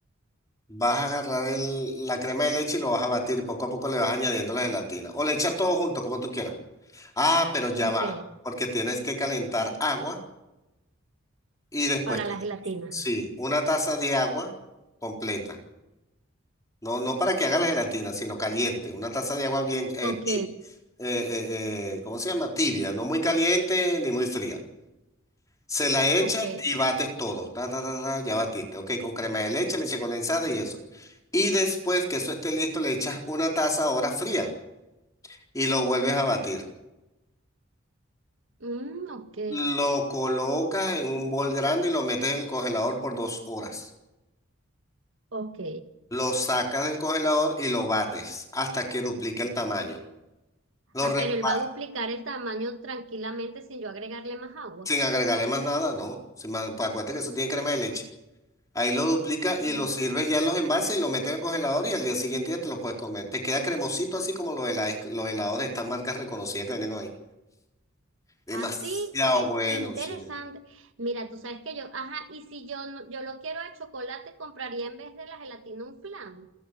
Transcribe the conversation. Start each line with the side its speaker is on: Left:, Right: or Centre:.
Left: Vas a agarrar el- la crema de leche y lo vas a batir. Poco a poco le vas añadiendo la gelatina. O le echas todo junto, como tú quieras. Ah, pero ya
Right: Ok.
Left: va, porque tienes que calentar agua y después,
Right: Para la gelatina.
Left: sí, una taza de agua completa. No, no para que haga la gelatina, sino caliente. Una taza de agua bien, eh,
Right: Ok,
Left: ti- eh, eh, eh, ¿cómo se llama? Tibia, no muy caliente ni muy fría. Se la echa
Right: ok.
Left: y bates todo. Ta, ta, ta, ta, ya batiste. Ok, con crema de leche, leche condensada y eso. Y después que eso esté listo, le echas una taza ahora fría y lo vuelves a batir.
Right: Mm, ok,
Left: Lo colocas en un bol grande y lo metes en el congelador por dos horas.
Right: ok.
Left: Lo sacas del congelador y lo bates hasta que duplique el tamaño. Lo
Right: Ah,
Left: repa-
Right: pero él va a duplicar el tamaño tranquilamente sin yo agregarle más agua.
Left: sin agregarle más nada, ¿no? Sin más- pues acuérdate que eso tiene crema de leche. Ahí lo duplica y
Right: Mm.
Left: lo sirves ya en los envases y lo metes en el congelador y al día siguiente ya te lo puedes comer. Te queda cremosito así como los helados, los helados de estas marcas reconocidas que vienen hoy. Demasiado
Right: Así, oye,
Left: bueno,
Right: qué interesante.
Left: sí.
Right: Mira, tú sabes que yo, ajá, y si yo no- yo lo quiero de chocolate, compraría en vez de la gelatina un flan.